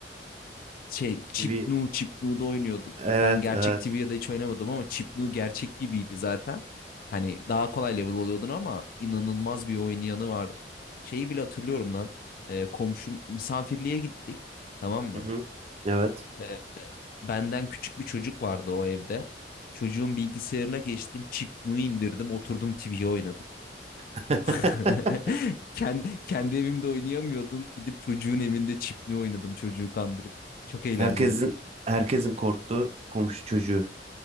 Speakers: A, on the left (about 55°); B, on the right (about 35°).
A: şey
B: Tibi.
A: Chipnu, Chipnu'da oynuyordum.
B: Evet,
A: Ben gerçek
B: evet.
A: TV'de hiç oynamadım ama Chipnu gerçek gibiydi zaten. Hani daha kolay level oluyordun ama inanılmaz bir oynayanı vardı. Şeyi bile hatırlıyorum lan. E, komşum misafirliğe gittik. Tamam mı?
B: Hı-hı. Evet.
A: E, Benden küçük bir çocuk vardı o evde. Çocuğun bilgisayarına geçtim. Chip Nui indirdim. Oturdum TV oynadım.
B: <laughs>
A: <laughs> Kendi, kendi evimde oynayamıyordum. Gidip çocuğun evinde Chip Nui oynadım. Çocuğu kandırıp. Çok eğlenceliydi.
B: Herkesin herkesin korktuğu komşu çocuğu.